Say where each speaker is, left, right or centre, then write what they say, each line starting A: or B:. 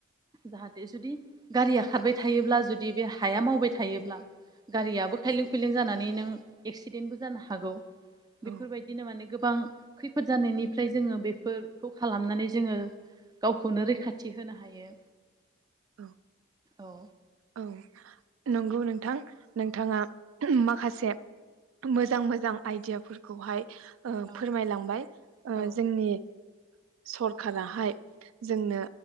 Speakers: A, on the right; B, on the right.
A: जाहाथे जुदि गारिया खारबाय थायोब्ला जुदि बे हाया मावबाय थायोब्ला गारियाबो खायलें खुयलें जानानै नों एक्सिडेन्टबो जानो हागौ।
B: औ
A: बेफोरबायदिनो माने गो बां खैफोद जानायनिफ्राय जोङो बेफोरखौ खालामनानै जोङो गावखौनो रैखाथि होनो हायो।
B: औ
A: औ
B: औ नंगौ नोंथां नोंथाङा माखासे मोजां मोजां आइडियाफोरखौहाय ओ
A: औ
B: फोरमायलांबाय ओ
A: औ
B: जोंनि सरखाराहाय जोंनो